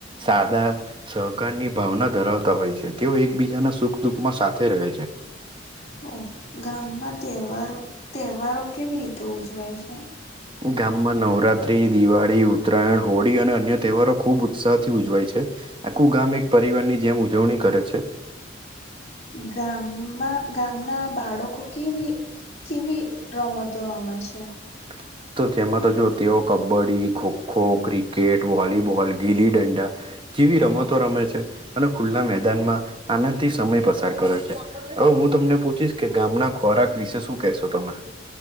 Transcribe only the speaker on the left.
ઓ! ગામમાં તહેવાર તહેવારો કેવી રીતે ઉજવાય છે?
ગામમાં ગામના બાળકો કેવી કેવી રમતો રમે છે.